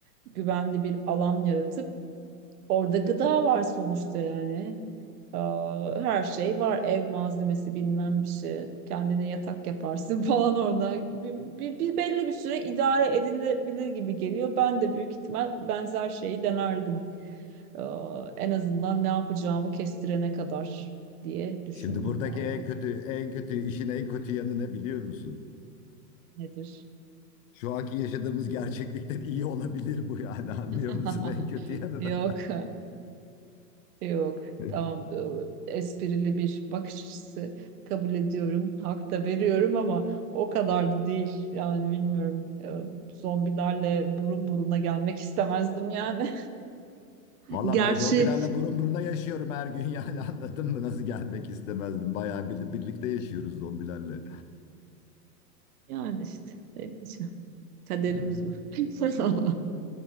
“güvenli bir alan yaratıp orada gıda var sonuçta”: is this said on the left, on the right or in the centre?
Right